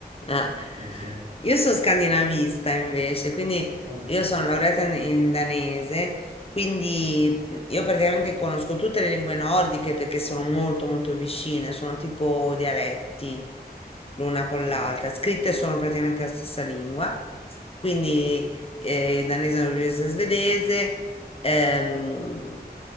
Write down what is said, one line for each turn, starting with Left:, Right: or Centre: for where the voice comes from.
Left: Eh.
Right: sì, sì.
Left: Io sono scandinavista invece, quindi
Right: Ah,
Left: io sono laureata in, in danese, quindi mhmm, io praticamente conosco tutte le lingue nordiche perché sono molto molto vicine, sono tipo dialetti l'una con
Right: sì.
Left: l'altra, scritte sono praticamente la stessa lingua, quindi eh, danese, norvegese, svedese, ehm,